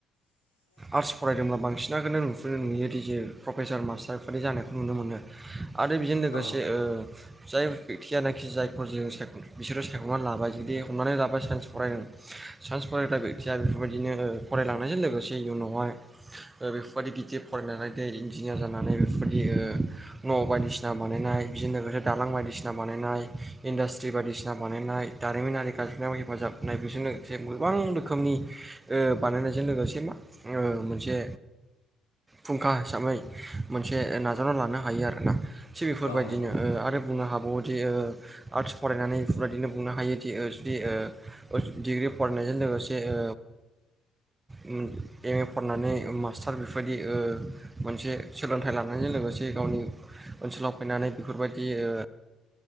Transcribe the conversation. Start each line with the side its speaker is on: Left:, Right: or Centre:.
Left: औ <unintelligible>
Right: आर्ट्स फरायदोंब्ला बांसिनखौनो <unintelligible> नुयो डज प्रफेसार मास्टारफोरि जानायखौ नुनो मोनो आरो बेजों लोगोसे
Left: औ
Right: ओ जाय बेक्तियानखि जायफोर जों बिसोरो सायख'नानै लाबाय जुदि हमनानै लाबाय साइनस फरायदों साइन्स फरायग्रा बेक्तया बेफोरबायदिनो ओ फरायलांनायजों लोगोसे इयुनावहाय ओ बेफोरबायदि गिदिर फरायनानै दै इन्जिनियार जानानै बेफोरबायदि ओ न' बायदिसिना बानायनाय बिजों लोगोसे दालां बायदिसिना बानायनाय इन्डास्ट्रि बायदिसिना बानायनाय। दारिमिनारि गाज्रिनायाबो हेफाजाब होननाय बेजोंनो जे गोबां रोखोमनि ओ बानायनायजों लोगोसे मा ओ मोनसे फुंखा हिसाबै मोनसे नाजाना लानो हायो आरोना। थिग बेफोरबायदिनो
Left: औ नंगौ नोंथां
Right: ओ आरो बुंनो हाबावोदि ओ आर्ट्स फरायनानै बेदिनो बुंनो हायोदि ओ जुदि ओ डिग्रि फरायनायजों लोगोसे ओ एम ए फरायनानै मास्टार बेफोरबायदि मोनसे सोलोंथाइ लानायजों लोगोसे गावनि ओनसोलाव फैनानै बेफोरबायदि ओ